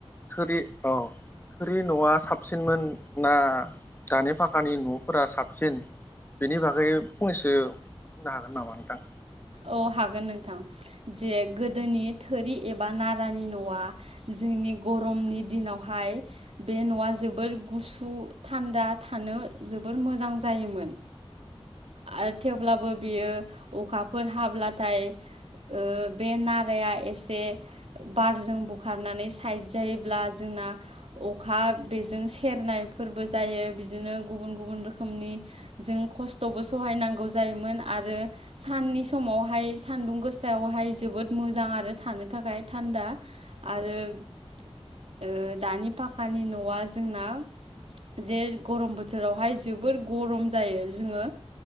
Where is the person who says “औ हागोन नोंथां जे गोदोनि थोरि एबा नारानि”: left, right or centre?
Right